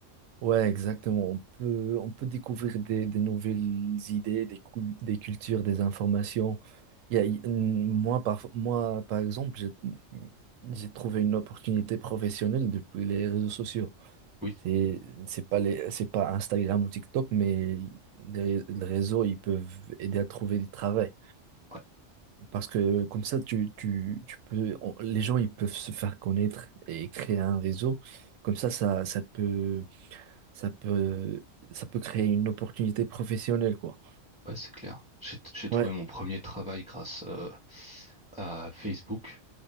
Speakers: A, on the right; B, in the centre.
A: ouais, exactement. On peut, on peut découvrir des, des nouvelles idées, des, cul- des cultures, des informations. Il y a- il- moi, par, moi, par exemple, j'ai j'ai trouvé une opportunité professionnelle depuis les réseaux sociaux.
B: oui,
A: C'est, c'est pas les, c'est pas Instagram ou TikTok, mais les, les réseaux, ils peuvent aider à trouver du travail.
B: ouais,
A: Parce que comme ça, tu, tu, tu peux, on- les gens, ils peuvent se faire connaître et créer un réseau. Comme ça, ça, ça peut, ça peut, ça peut créer une opportunité professionnelle, quoi.
B: ouais, c'est clair. J'ai, j'ai trouvé
A: Ouais,
B: mon premier travail grâce, euh, à Facebook.